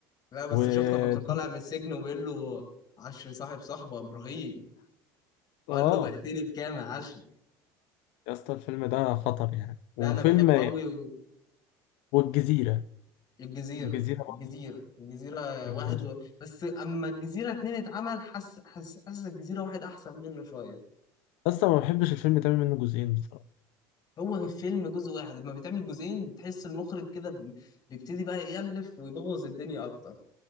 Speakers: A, on the left; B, on the left.
A: لا بس
B: و
A: شفت لما كان طالع
B: <laughs>
A: من السجن وبيقول له عشري صاحب صاحبه يا ابراهيم وقال
B: اه
A: له بعتني بكام يا عشري
B: يا اسطى الفيلم ده خطر يعني
A: لا
B: وفيلم
A: انا بحبه قوي
B: والجزيرة
A: الجزيره
B: الجزيرة
A: الجزيره
B: برضه
A: الجزيره واحد
B: الجزيرة
A: و... بس اما الجزيره اتنين اتعمل حس حس حس الجزيره واحد احسن منه شويه
B: اصلا ما بحبش الفيلم تعمل منه جزئين بصراحة
A: هو فيلم جزء واحد لما بتعمل جزئين بتحس المخرج كده ب- بيبتدي بقى يألف ويبوظ الدنيا اكتر